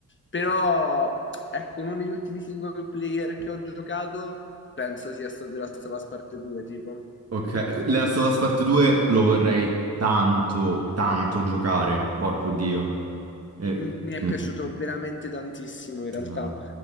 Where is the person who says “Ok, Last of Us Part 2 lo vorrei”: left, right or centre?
Right